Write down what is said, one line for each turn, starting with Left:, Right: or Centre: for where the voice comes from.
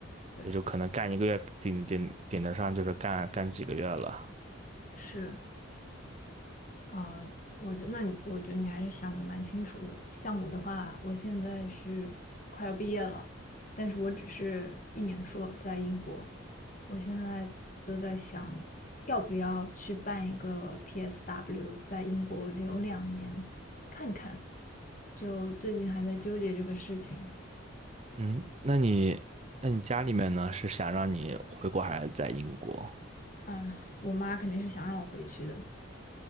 Left: 对，
Right: 也就可能干一个月顶顶顶得上，就是干干几个月了。
Left: 是啊，呃我觉得那你，我觉得你还是想的蛮清楚的。像我的话，我现在是快要毕业了，但是我只是一年硕在英国，我现在就在想，要不要去办一个 PSW，在英国留两年看看。就最近还在纠结这个事情，
Right: 嗯，那你那你家里面呢，是想让你回国还是在英国？
Left: 嗯，我妈肯定是想让我回去的，